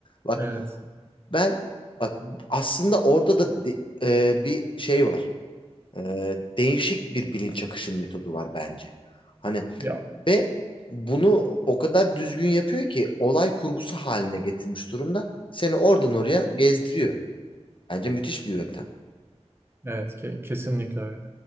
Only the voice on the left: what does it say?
Bak
ben bak aslında orada da de- e, bir şey var. Ee, değişik bir bilinç akışı metodu var bence. Hani
ve bunu o kadar düzgün yapıyor ki olay kurgusu haline getirmiş durumda. Seni oradan oraya gezdiriyor. Bence müthiş bir yöntem.